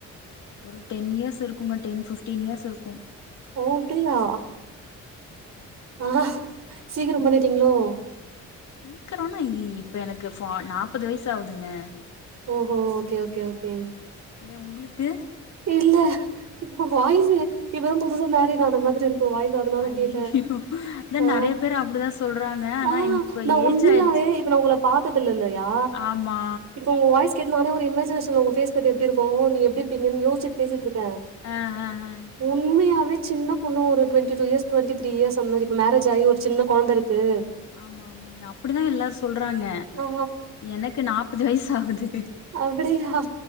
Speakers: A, on the left; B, on the right.
A: ஒரு டென் இயர்ஸ் இருக்குங்க டென் ஃபிப்டீன் இயர்ஸ் இருக்கோ
B: ஓ அப்டியா ஆ சீக்ரோ பண்ணிட்டீங்ளோ
A: சீக்கறோனா இ இப்ப எனக்கு ஃபா நாப்பது வயசு ஆகுதுங்க
B: ஓ ஹா ஓகே ஓகே ஓகே
A: ஏயா உங்களுக்கு
B: இல்ல உங்க வாய்சு இப்பதா புதுச மோரிடு ஆன மாதிரி இருக் உங்க வாய்சு அதனால
A: ஐய்யய்யோ
B: கேட்ட
A: அதா
B: ஆ
A: நெறைய பேர் அப்டிதா சொல்றாங்க ஆனா
B: ஆ
A: எனக்கு
B: நா
A: ஏஜ்
B: உண்மையாவே
A: ஆயிடுச்சு
B: இதல உங்கள பாத்ததுல்லையா
A: ஆமா
B: இப்ப உங்க வாய்ஸ் கேட்டு நானே ஒரு இமேஜினேஷன்ல உங்க பேஸ் கட் எப்டி இருக்கோ ஓ நீங்க எப்டிருப்பீங்கன்னு யேஸ்சிட் பேசிட்டிருக்க
A: ஆ ஆ ஆ
B: உண்மையா சின்ன பொண்ணு ஒரு twenty two years twenty three years அந்த மாரி ம மேரஜ் ஆயி ஒரு சின்ன கொழந்த இருக்கு
A: ஆமா ஆமா நா அப்டிதா எல்லாரோ சொல்றாங்க
B: ஆ
A: எனக்கு நாப்பது வயசு ஆவுது
B: அப்டியா